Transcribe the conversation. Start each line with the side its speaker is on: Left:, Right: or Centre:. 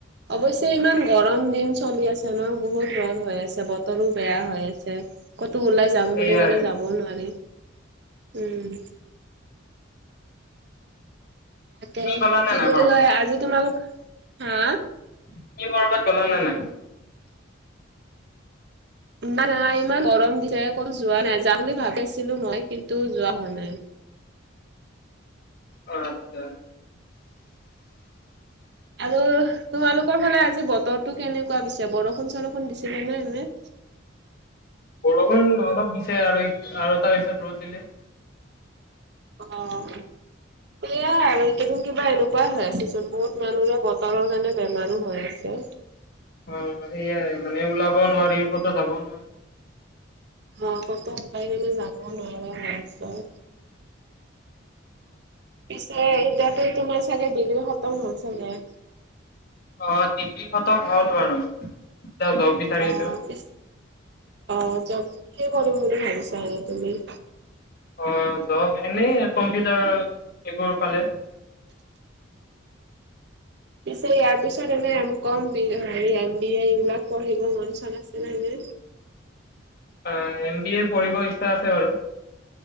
Right: অৱশ্যে ইমান গৰম দিন চলি আছে ন বহুত ৰ'দ হৈ আছে বতৰো বেয়া হৈ আছে। ক'তো ওলাই যাম
Left: সেয়াই।
Right: বুলি ক'লে যাবওঁ নোৱাৰি উম। তাকে
Left: তুমি গ'লা নে
Right: কি
Left: নাই
Right: বুলি
Left: কৰ'বাত?
Right: কয় আজি তোমালোক হা
Left: তুমি ক'ৰবাত গ'লানে নাই?
Right: নাই ইমান গৰম দিছে ক'তো যোৱা নাই যাম বুলি ভাবিছিলো মই কিন্তু যোৱা হোৱা নাই।
Left: আচ্ছা।
Right: আৰু তোমালোকৰ ফালে আজি বতৰটো কেনেকুৱা দিছে বৰষুণ চৰষুণ দিছিলে নে এনে?
Left: বৰষুণ অলপ দিছে আৰু আৰু তাৰপিছত ৰ'দ দিলে।
Right: অ', সেয়াই আৰু এইকেইদিন কিবা এনেকুৱাই হৈ আছেচোন বহুত মানুহৰে ব বতৰৰ কাৰণে বেমাৰো হৈ আছে।
Left: অ', সেইয়াই মানে ওলাব নোৱাৰি ক'তো যাব নোৱাৰি।
Right: অ', ক'তো ওলাই কেনে যাব নোৱাৰা হৈ আছে। পিছে এতিয়াতো তোমাৰ চাগে ডিগ্ৰী খতম হ'ল চাগে।
Left: অ', ডিগ্ৰী খতম হ'ল বাৰু এতিয়া জব বিচাৰি
Right: অ',
Left: আছো।
Right: পি অ' যব কি কৰিম বুলি ভাবিছাে তুমি?
Left: অ', জব এনেই কম্পিউটাৰ এইবোৰ পালে।
Right: পিছে ইয়াৰ পিছত এনে এম কম বি হেৰিয়ে এম বি এ এইবিলাক পঢ়িব মন চন আছে নাই নে?
Left: অ', এম বি এ পঢ়িব ইচ্ছা আছে বাৰু।